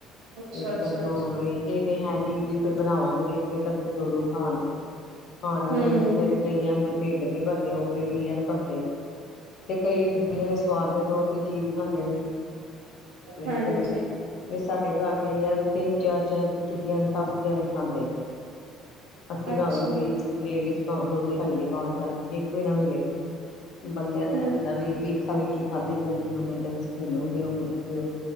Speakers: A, on the right; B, on the left.
A: ਅੱਛਾ-ਅੱਛਾ-ਅੱਛਾ
B: ਇਸ ਕਰਕੇ ਹੁਣ ਵੀ ਇਹ। ਇਹ ਤੇ ਹੈ ਨੀ ਵੀ ਫੇਰ ਬਣਾਵਾਂਗੇ ਤੇ ਇੱਥੇ ਕ ਦੋ ਦੋ ਖਾਣਗੇ। ਹਾਂ ਨਾਲੇ
A: ਹੂੰ
B: ਬਿਨ ਫੇਰ ਕਈਆਂ ਦੇ। ਢਿੱਡ ਨੀ ਭਰਦੇ ਉਹ। ਵਿੰਨ ਲੀਹਾ ਤੋ ਭਰਦੇ ਨੇ। <unintelligible> ਤੇ ਕਈ ਹੁੰਦੇ ਨੇ ਸਵਾਦ ਦੇ ਤੌਰ ਤੇ। ਤੇ ਚੀਜ਼ ਪਾਉਂਦੇ ਨੇ।
A: ਹਾਂਜੀ
B: ਇੱਕ ਨੇ ਤੇ ਸਾਡੇ ਘਰ ਤੇ ਆ ਵੀ ਤਿੰਨ ਚਾਰ ਚਾਰ ਟਿੱਕੀਆਂ। ਸਬਜ਼ੀਆ ਨਾਲ ਹੀ ਖਾਂਦੇ ਨੇ। ਅਸੀਂ
A: ਅੱਛਾ।
B: ਭਾਵੇਂ ਵੀ ਲੇਡੀਜ਼। ਭਾਵੇਂ ਦੋ ਦੋ ਖਾਈਏ ਭਾਵੇਂ। ਸਾਨੂੰ ਇੱਕ ਵੀ ਨਾ ਮਿਲੇ ਬੰਦਿਆਂ ਦਾ
A: ਹੂੰ
B: ਆਏ ਹੁੰਦਾ ਵੀ ਵੇਖਾ ਵੇਖੀ ਖਾਧੀ ਜਾਂਦੀ ਹੋਵੇ। ਵਿੰਡੋ ਵਿੱਚ ਦੀ ਲੈ ਗਏ ਹੋ ਮੈਨੂੰ ਵੀ ਦਿਓ।